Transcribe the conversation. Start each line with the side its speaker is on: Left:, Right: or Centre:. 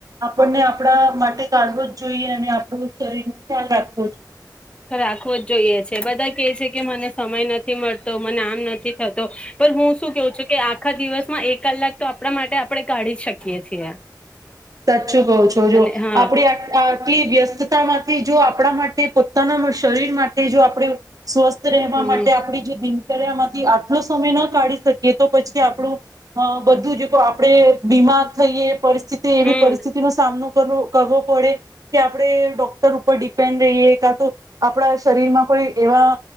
Right: આપણને આપણા માટે કાઢવો જ જોઈએ અને આપણું શરીર ન ખ્યાલ રાખવો જોઈએ.
Left: રાખવો જ જોઈએ છે બધા કે છે કે મને સમય નથી. નથી મળતો મને આમ નથી થતો, પણ હું શું કવ છું કે આખા દિવસ એક કલાક તો આપણા માટે આપણે કાઢી જ શકીએ છીએ.
Right: સાચું કહો છો જો,
Left: અને હા
Right: આપડી આટલી વ્યસ્તતામાં થી જો આપણા માટે પોતાના શરીર માટે જો આપણે સ્વસ્થ રહેવા
Left: હમ
Right: માટે આપડી જે દિનચર્યામાં આટલો સમય ના કાઢી શકીએ તો પછી આપણું, બધું આપણેે બીમાર થઈએ પરિસ્થિતિ
Left: હમ
Right: પરિસ્થિતિ નો સામનો કરવો પડે, કે આપણે ડોક્ટર ઉપર પેન્ડઈ ક તો આપણા શરીરમાં કોઈ એવા